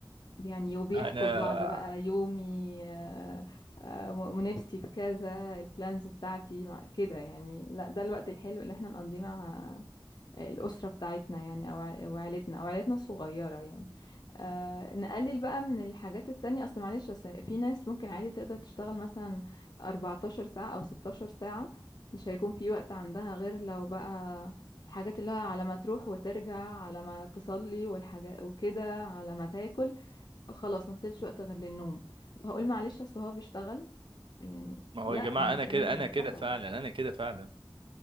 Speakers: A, on the left; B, on the right.
A: يعني وبيحكوا
B: انا
A: لبعض بقى يومي آه، آه، م- نفسي في كذا البلانز بتاعتي مع- كده يعني لا ده الوقت الحلو اللي احنا نقضيه مع الأسرة بتاعتنا يعني أو ع- أو عيلتنا أو عيلتنا الصغيرة يعني آه نقلل بقى من الحاجات التانية أصل معلش أصل في ناس ممكن عادي تقدر تشتغل مثلا 14 ساعة أو 16 ساعة مش هيكون في وقت عندها غير لو بقى الحاجات اللي هي على ما تروح وترجع على ما تصلي والحاجات وكده على ما تاكل خلاص ما فضلش وقت غير للنوم فهقول معلش أصل هو بيشتغل يعني
B: <laughs> ما هو
A: لا
B: يا جماعه
A: ماشي
B: انا كده
A: ما هو
B: انا
A: يشتغل
B: كده فعلا انا كده فعلا